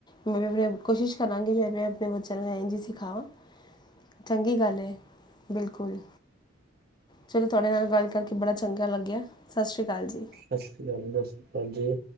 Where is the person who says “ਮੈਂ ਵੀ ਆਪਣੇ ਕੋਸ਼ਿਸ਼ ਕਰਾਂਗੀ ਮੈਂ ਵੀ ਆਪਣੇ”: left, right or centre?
Left